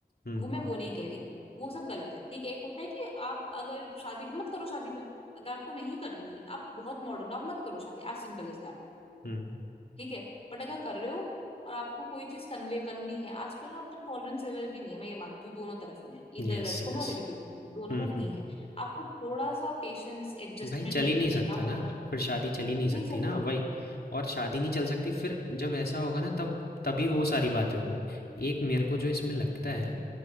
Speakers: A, on the left; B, on the left.
A: हुँ,
B: वो मैं वो नहीं कह रही वो सब गलत है ठीक है एक होता है कि आप अगर शादी मत करो शादी पे अगर आपको नहीं करनी आप बहुत मॉडर्न आप मत करो शादी एज सिंपल एज दैट
A: हुँ।
B: ठीक है बट अगर कर रहे हो और आपको कोई चीज कन्वे करनी है आजकल ना मतलब टॉलरेंस लेवल भी नहीं है मैं ये मानती हूँ दोनों तरफ में इधर
A: Yes,
B: लड़कों
A: yes.
B: में लड़कियों में भी, दोनों
A: हुँ,
B: में नहीं
A: हुँ, हुँ।
B: है आपको थोड़ा सा पेशेंस एडजस्टमेंट
A: भाई चल
B: लेके
A: ही नहीं
B: चलना
A: सकता ना,
B: पड़ता है
A: फिर शादी चल ही नहीं सकती
B: नहीं चल
A: ना,
B: सकते
A: वही। और शादी नहीं चल सकती फिर जब ऐसा होगा ना तब तभी वो सारी बातें हो गई। एक मेरे को जो इसमें
B: हम्म
A: लगता है,